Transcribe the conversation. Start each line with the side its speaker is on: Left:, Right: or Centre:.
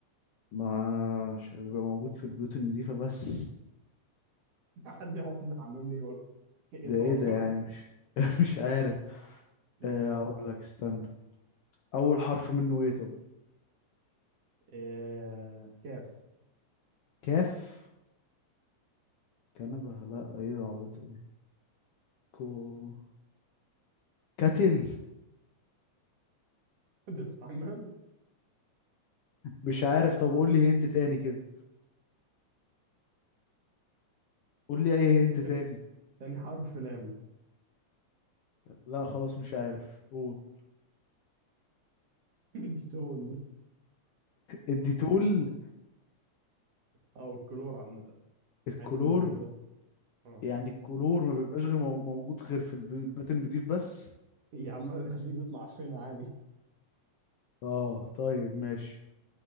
Left: ما مش بيبقى موجود في البيوت النظيفة بس
Right: <laughs> حد يحط في الحمام ليه برضه ايه
Left: ده
Right: التوقع
Left: ايه ده يعني
Right: ده
Left: مش <laughs> مش عارف
Right: لا
Left: آه، اقول لك استنى اول حرف منه ايه طب
Right: آه، كاف
Left: كاف كنبه لا ايه العبط دي كو كتل
Right: <laughs> في الحمام
Left: مش عارف طب قول لي هنت تاني كده قول لي اي هنت
Right: تاني
Left: تاني
Right: تاني حرف لام
Left: لا خلاص مش عارف قول
Right: <laughs> الديتول
Left: الديتول
Right: او الكلور عامه
Left: الكلور
Right: حياه المنظفات اه
Left: يعني الكلور ما بيبقاش غير مو- موجود غير في الب- البيت النضيف بس
Right: يا عم انا خليه بيطلع فين عادي
Left: اه طيب ماشي